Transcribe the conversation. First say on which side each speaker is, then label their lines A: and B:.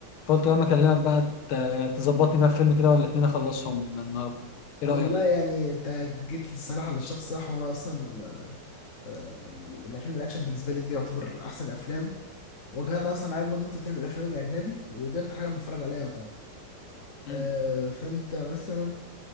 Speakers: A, on the left; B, on the left.
A: فقلت لما اكلمك بقى ت- تظبطني بقى في فيلم كده ولا اتنين اخلصهم النهارده ايه
B: والله
A: رايك
B: يعني انت جيت الصراحه للشخص صح وانا اصلا آه، يعني الافلام الاكشن بالنسبه لي دي يعتبر احسن افلام وكان اصلا عارف برضه انت بتحب الافلام الاجنبي ودي اكتر حاجه بتفرج عليها يعتبر
A: مم.
B: آه، فانت مثلا